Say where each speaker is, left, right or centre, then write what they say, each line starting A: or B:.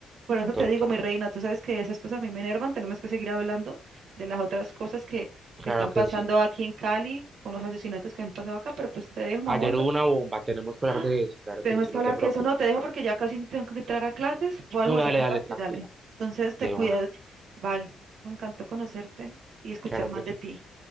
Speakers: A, on the right (about 60°); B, on the right (about 25°).
A: Por eso
B: total,
A: te digo, mi reina, tú sabes que esas cosas a mí me enervan, tenemos que seguir hablando de las otras cosas que,
B: claro
A: que están pasando
B: que sí.
A: aquí en Cali, con los asesinatos que han pasado acá, pero pues te dejo, mi
B: Ayer
A: amor. pero-
B: hubo una bomba, tenemos que
A: ¡Ah!
B: hablar de eso, claro
A: Tenemos
B: que sí,
A: que
B: no
A: hablar
B: te preocupes.
A: que eso no, te dejo porque ya casi tengo que entrar a clases, voy a almorzar
B: No, dale,
A: un
B: dale,
A: rato
B: tranquila,
A: y dale. Entonces te
B: de
A: cuidas,
B: una,
A: bye. Me encantó conocerte y escuchar
B: claro
A: más
B: que
A: de
B: sí,
A: ti.